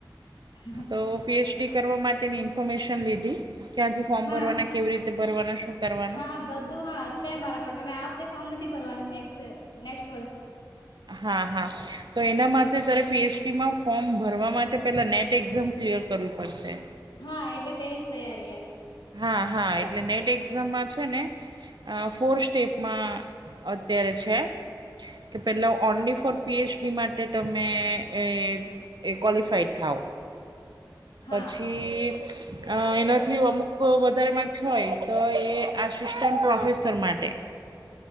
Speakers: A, on the left (about 80°); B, on the right (about 70°).
A: હા
B: તો પીએચડી કરવા માટેની ઇન્ફોર્મેશન લીધી ક્યાંથી ફોર્મ
A: હા
B: ભરવાના કેવી રીતે ભરવાના શું? કરવાનું
A: હા બધું હા છે મારા પણ મેં આ વખતે ફોર્મ નથી ભરવાનું નેક્ નેક્સ્ટ વર્ષ
B: હા હા તો એના માટે તરે પીએચડીમાં ફોર્મ ભરવા માટે પેલા નેટ એક્ઝામ ક્લિયર કરવી પડશે.
A: હા એટલે તેની જ તૈયારી એમ
B: હા હા એટલે નેટ એક્ઝામમાં છે ને ફોર સ્ટેપમાં અત્યારે છે. કે પેલા ઓનલી ફોર પીએચડી માટે તમે એ એ ક્વાલીફાઈડ થાવ.
A: હા
B: પછી એનાથી અમુક વધારે ય તો એ આસિસ્ટન્ટ પ્રોફેસર માટે.